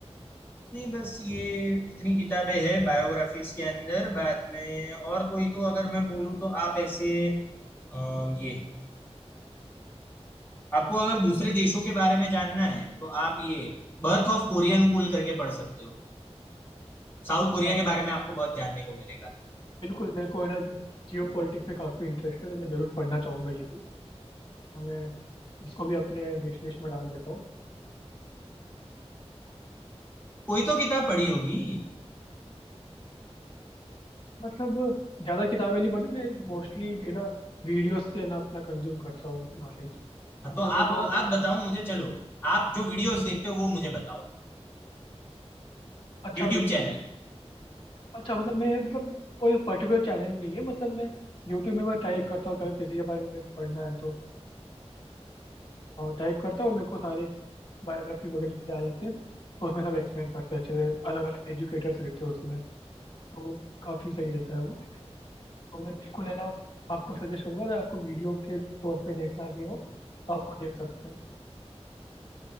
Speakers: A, on the left; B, on the left.
A: नहीं बस ये इतनी किताबें हैं बायोग्राफीज के अंदर बाद में और कोई तो अगर मैं बोलूँ तो आप ऐसे अ, ये आपको अगर दूसरे देशों के बारे में जानना है तो आप ये बर्थ ऑफ कोरियन कूल करके पढ़ सकते हो साउथ
B: अच्छा
A: कोरिया के
B: हाँ
A: बारे में आपको बहुत जानने को मिलेगा
B: बिल्कुल मेरे को है ना जियो पॉलिटिक्स में काफ़ी इंटरेस्ट है तो मैं ज़रूर पढ़ना चाहूँगा ये भी तो मैं इसको भी अपने विश लिस्ट में डाल देता हूँ
A: कोई तो किताब पढ़ी होगी
B: मतलब ज़्यादा किताबें नहीं पढ़ती मैं मोस्टली है ना वीडियोस से है ना अपना कंज्यूम करता हूँ नॉलेज क्योंकि
A: हाँ, तो आप
B: मेरे को
A: आप बताओ मुझे चलो आप जो वीडियोस देखते हो वो मुझे बताओ
B: अच्छा
A: यूट्यूब
B: बिल्कुल
A: चैनल
B: अच्छा मतलब मैं मतलब कोई पर्टिकुलर चैनल नहीं है मतलब मैं यूट्यूब में बस टाइप करता हूँ कभी किसी के बारे में मेरे को पढ़ना है तो टाइप करता हूँ मेरे को सारे बायोग्राफी वगैरह आ जाते हैं तो उसमें सब एक्सप्लेन करते हैं अच्छे से अलग अलग एजुकेटर्स रहते हैं उसमें तो काफ़ी सही रहता है वो तो मैं बिल्कुल है ना आपको सजेस्ट करूँगा अगर आपको वीडियो के तौर पे देखना भी हो तो आप वो देख सकते हैं